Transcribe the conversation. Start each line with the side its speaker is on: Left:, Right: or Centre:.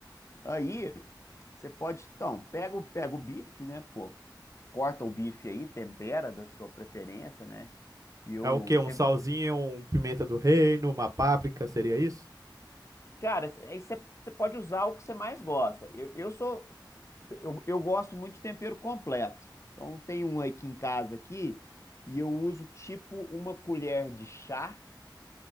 Left: Aí você pode, então, pega o, pega o bife, né, pô, corta o bife aí, tempera da sua preferência, né? E eu
Right: É o quê? Um
Left: sempre.
Right: salzinho, um pimenta do reino, uma páprica, seria isso?
Left: Cara, aí você você pode usar o que você mais gosta. Eu, eu sou. Eu, eu gosto muito de tempero completo. Então tem um aqui em casa aqui, e eu uso tipo uma colher de chá